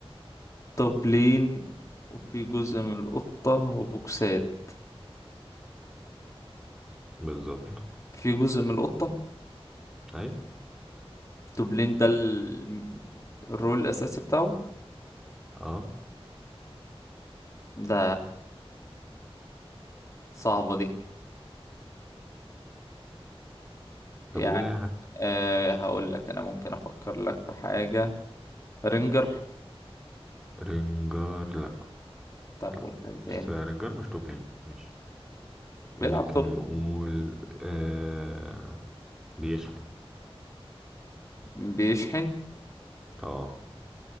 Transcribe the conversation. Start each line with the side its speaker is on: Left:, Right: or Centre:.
Left: طبلين وفي جزء من القطة وبوكسات
Centre: بالظبط
Left: في جزء من القطة
Centre: ايوه
Left: طبلين ده ال- الرول الأساسي بتاعه
Centre: اه
Left: ده صعبة دي
Centre: طب
Left: يعني
Centre: قول اي حاجة
Left: أه هقول لك أنا ممكن أفكر لك في حاجة رينجر
Centre: رنجر لا
Left: طب
Centre: لا
Left: قول حاجة تاني
Centre: بس رنجر مش طوبلين ماشي
Left: بيلعب
Centre: ممكن
Left: طب
Centre: نقول آه بيشحن
Left: بيشحن
Centre: اه